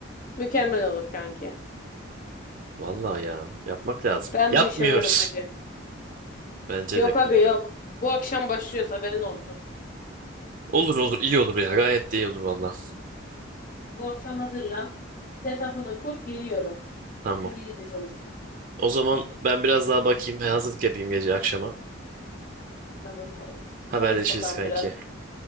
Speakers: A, on the left; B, on the right.
A: Mükemmel olur kanki.
B: Vallahi ya yapmak lazım.
A: Ben
B: Yapmıyoruz.
A: bu işe varım hacı.
B: <laughs> Bence
A: Yok
B: de kanka.
A: aga yok. Bu akşam başlıyoruz haberin olsun.
B: Olur olur iyi olur ya gayet de iyi olur valla.
A: Bu akşam hazırlan. Setup'ını kur geliyorum.
B: Tamam.
A: İngilizce çalışacağız.
B: O zaman ben biraz daha bakayım hazırlık yapayım gece akşama.
A: Tamam kanki.
B: Haberleşiriz
A: Çalış bakalım
B: kanki.
A: biraz.